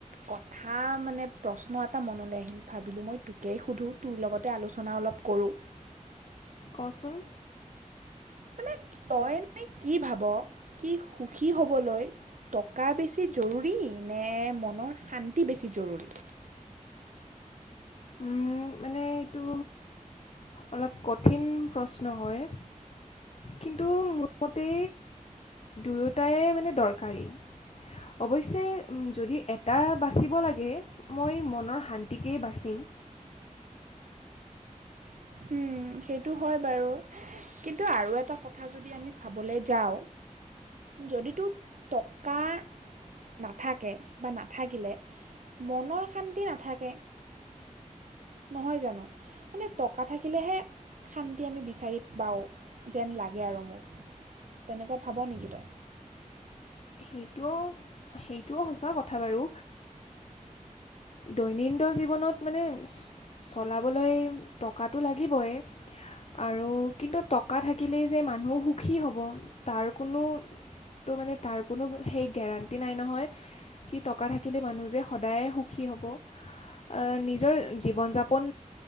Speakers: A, on the right (about 70°); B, on the left (about 55°).
A: কথা মানে প্ৰশ্ন এটা মনলে আহিল ভাবিলো মই তোকেই সোধো তোৰ লগতে আলোচনা অলপ কৰো
B: ক চোন
A: মানে তই এনেই কি ভাব কি সুখী হবলৈ টকা বেছি জৰুৰী নে, মনৰ শান্তি বেছি জৰুৰী?
B: উম মানে এইটো অলপ কঠিন প্ৰশ্ন হয় কিন্তু মোৰ মতে দুয়োটাই মানে দৰকাৰী অৱশ্যে যদি এটা বাচিব লাগে, মই মনৰ শান্তিকেই বাচিম।
A: হুম, সেইটো হয় বাৰু! কিন্তু আৰু এটা কথা যদি আমি চাবলে যাওঁ। যদিতো টকা। নাথাকে বা নাথাকিলে মনৰ শান্তি নাথাকে। নহয় জানো? মানে টকা থাকিলেহে। শান্তি আমি বিচাৰি পাওঁ, যেন লাগে আৰু মোৰ। তেনেকুৱা ভাব নেকি তই?
B: সেইটোও সেইটোও সঁচা কথা বাৰু। দৈনিণ্ড জীৱনত মানে চলাবলৈ টকাটো লাগিবই। আৰু কিন্তু টকা থাকিলেই যে মানুহো সুখী হ'ব তাৰ কোনো তো মানে তাৰ কোনো সেই গেৰাণ্টি নাই নহয় কি টকা থাকিলে মানুহ যে সদায়ে সুখী হ'ব। আহ, নিজৰ জীৱন-যাপন,